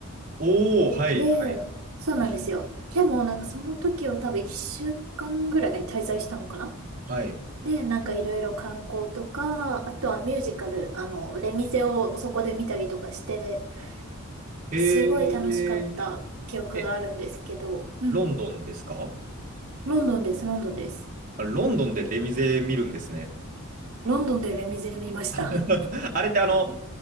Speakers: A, on the right; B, on the right.
A: おー、はい。
B: で、
A: はい。
B: そうなんですよ。でも、なんかその時は多分1週間ぐらい滞在したのかな
A: はい。
B: で、なんかいろいろ観光とか、あとはミュージカル、あの、レミゼをそこで見たりとかして、
A: へー。
B: すごい楽しかった記憶があるんですけど、
A: え、
B: うんうん。
A: ロンドンですか
B: ロンドンです、ロンドンです。
A: あロンドンでレミゼ見るんですね。
B: ロンドンでレミゼ見ました。
A: <laughs>
B: うん、
A: あれってあの、